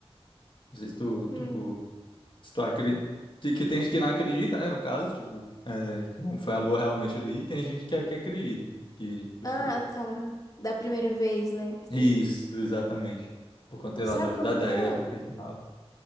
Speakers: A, on the left; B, on the left.
A: Não sei se tu, tu
B: Hum.
A: Se tu acredita, que tem gente que não acredita, né? No caso, tipo, é, que não foi a lua realmente ali, e tem gente que, que acredita né, que, que
B: Ah,
A: foi.
B: tá. Da primeira vez, né? Que
A: Isso,
B: tem.
A: exatamente. Por conta
B: Sabe
A: lá do-
B: que
A: da,
B: eu nunca.
A: da época e tal.